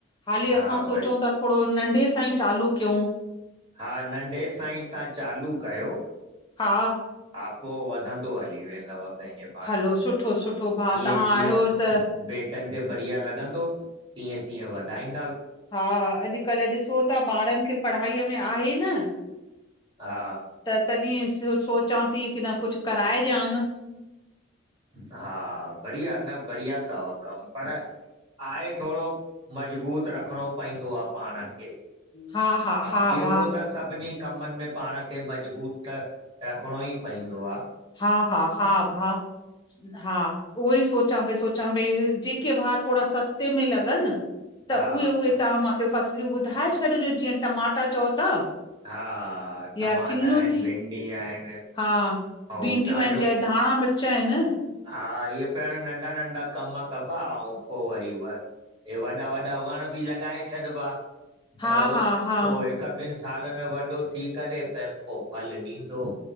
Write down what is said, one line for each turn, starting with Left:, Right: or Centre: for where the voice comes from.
Left: हाली
Right: हा
Left: असां सोचूं
Right: भई
Left: था थोरो नंढे सां ई चालू कयूं।
Right: हा नंढे सांाईं तव्हां चालू कयो।
Left: हा।
Right: पो वधंदो हली वेंदव, पंहिंजे पाण
Left: हलो सुठो सुठो भाउ
Right: जीअं
Left: तव्हां
Right: जीअं
Left: आहियो त
Right: बेटनि खे बढ़िया लॻंदो तीअं तीअं वधाइनि
Left: हा अॼुकल्ह ॾिसो था ॿारनि खे पढ़ाईअ में आहे न,
Right: हा
Left: त तॾहिं सोचां थी की न कुझु कराए ॾियानि
Right: हा बढ़िया न बढ़िया तव पर आहे थोरो मज़बूत रखिणो पवंदो आ पाण खे
Left: हा हा
Right: बाक़ी
Left: हा
Right: उहो
Left: भाउ
Right: त सभिनी कमनि में पाण खे मज़बूत त रखणो ई पवंदो आ
Left: हा हा हा भा हा उहो ई सोचां पई सोचां पई जेके भाउ थोरा सस्ते में लॻनि त
Right: हा
Left: उहे उहे
Right: हा
Left: तव्हां मूंखे फसलियूं ॿुधाए छॾिजो जीअं टमाटा चओ था
Right: हा
Left: या
Right: टमाटा
Left: सिङियूं
Right: आहिनि
Left: थी
Right: भिंडी आहिनि ऐं
Left: हा
Right: तव्हांजो
Left: भिडियूं आहिनि चाहे धाणा मिर्च आहिनि
Right: हा, इहे पहिरियो नंढा नंढा कम कबा ऐं पोइ वरी उअ हे वॾा वॾा वण बि लॻाए छॾिबा
Left: हा
Right: त हो
Left: हा हा
Right: पोइ हिकु ॿिनि साल में वॾो थी करे त पोइ फल ॾींदो